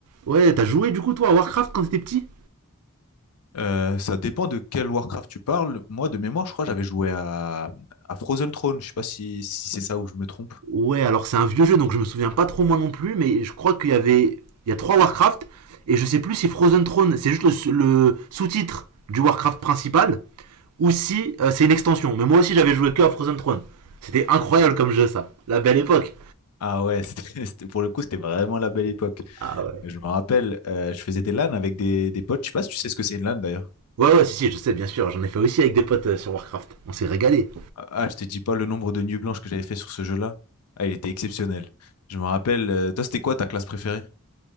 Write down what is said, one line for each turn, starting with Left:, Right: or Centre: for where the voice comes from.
Right: Ouais, t'as joué du coup toi à Warcraft quand t'étais petit
Left: Euh, ça dépend de quel Warcraft tu parles. Moi, de mémoire, je crois que j'avais joué à, à Frozen Throne. Je sais pas si, si c'est ça ou je me trompe.
Right: Ouais, alors c'est un vieux jeu donc je me souviens pas trop moi non plus, mais je crois qu'il y avait. Il y a trois Warcraft et je sais plus si Frozen Throne c'est juste le, le sous-titre du Warcraft principal ou si euh, c'est une extension. Mais moi aussi j'avais joué que à Frozen Throne. C'était incroyable comme jeu ça. La belle époque.
Left: Ah ouais, <laughs> c'était, c'était- pour le coup, c'était vraiment la belle époque.
Right: Ah ouais.
Left: Euh, Je me rappelle, euh, je faisais des LAN avec des, des potes. Je sais pas si tu sais ce que c'est une LAN d'ailleurs.
Right: Ouais, ouais, si, si, je sais, bien sûr. J'en ai fait aussi avec des potes euh, sur Warcraft. On s'est régalé.
Left: Ah, ah, je te dis pas le nombre de nuits blanches que j'avais fait sur ce jeu-là. Ah, il était exceptionnel. Je me rappelle, euh, toi, c'était quoi ta classe préférée?